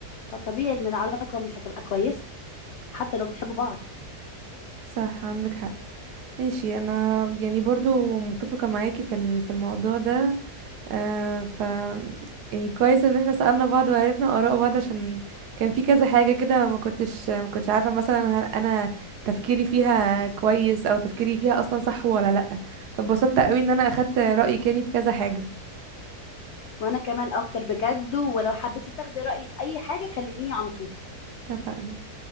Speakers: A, on the left; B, on the right.
A: فطبيعي ان العلاقة مش هتبقى كويسة حتى لو بتحبوا بعض
B: صح عندك حق ماشي انا يعني برضو متفقه معاكي في ال- في الموضوع ده آه ف يعني كويس ان احنا سألنا بعض وعرفنا اراء بعض عشان كان في كذا حاجه كده ما كنتش ما كنتش عارفه مثلا هل انا تفكيري فيها كويس او تفكيري فيها اصلا صح ولا لا فبسطت قوي ان انا اخدت رايك يعني في كذا حاجه
A: وانا كمان اكتر بجد ولو حبيتي تاخدي رأيي في اي حاجة كلميني على طول
B: اتفقنا